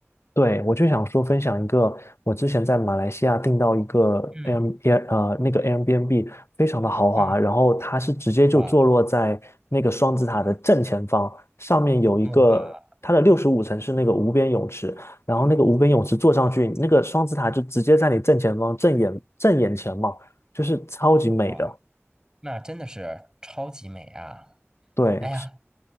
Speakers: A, on the left; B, on the right.
A: 对，我就想说分享一个，我之前在马来西亚订到一个
B: 嗯
A: Air Air 呃那个 Airbnb 非常的豪华，
B: 嗯，
A: 然后它是直接就坐落在那个双子塔的正前方，
B: 哇
A: 上面有一个它的六十五层是那个无边泳池，
B: 哇
A: 然后那个无边泳池坐上去，那个双子塔就直接在你正前方正眼正眼前嘛，就是超级美的。
B: 哇，那真的是超级美啊！
A: 对，
B: 哎呀，
A: 是